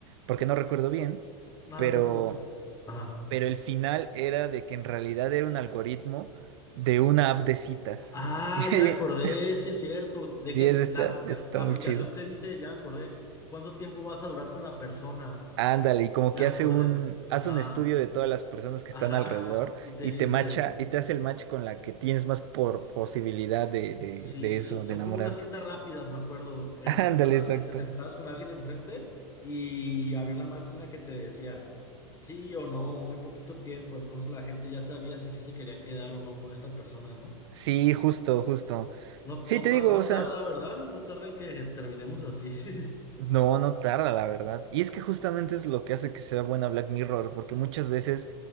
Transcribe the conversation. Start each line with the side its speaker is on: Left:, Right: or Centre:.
Right: porque no recuerdo bien,
Left: Nada,
Right: pero,
Left: no importa. Ajá.
Right: pero el final era de que en realidad era un algoritmo de una app de citas.
Left: Ah,
Right: <laughs> Y-
Left: ya acordé, sí es cierto, de
Right: Sí,
Left: que
Right: es está,
Left: la, apli-
Right: está
Left: la- la
Right: muy
Left: aplicación
Right: chido.
Left: te dice, ya acordé, cuánto tiempo vas a durar con la persona.
Right: Ándale, y como
Left: Ya
Right: que hace
Left: acordé,
Right: un,
Left: ajá,
Right: hace un estudio de todas las personas que
Left: ajá,
Right: están alrededor
Left: y te
Right: y
Left: dice,
Right: te macha, y te hace el match con la que tienes más por posibilidad de, de,
Left: sí,
Right: de eso,
Left: son
Right: de enamorarte.
Left: como unas citas rápidas, me acuerdo, eran
Right: <laughs> Ándale,
Left: citas ra-
Right: exacto.
Left: que te sentabas con alguien enfrente y había una máquina que te decía, sí o no, muy poquito tiempo, entonces la gente ya sabía si sí se quería quedar o no con esta persona, ¿no?
Right: Sí, justo, justo.
Left: No,
Right: Sí,
Left: no,
Right: te
Left: pa-
Right: digo,
Left: no
Right: o sea,
Left: tarda,
Right: s-
Left: ¿verdad? No tarda en que terminemos así. <laughs>
Right: no, no tarda, la verdad. Y es que justamente es lo que hace que sea buena Black Mirror, porque muchas veces